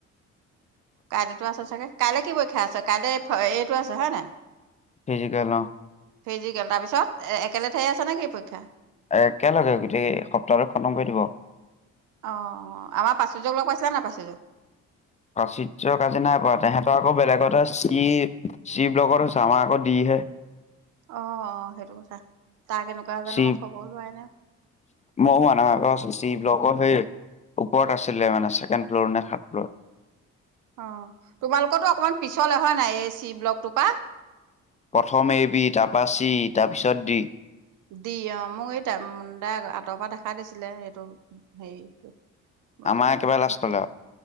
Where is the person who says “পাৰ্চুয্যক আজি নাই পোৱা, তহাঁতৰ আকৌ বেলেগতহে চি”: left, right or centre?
Left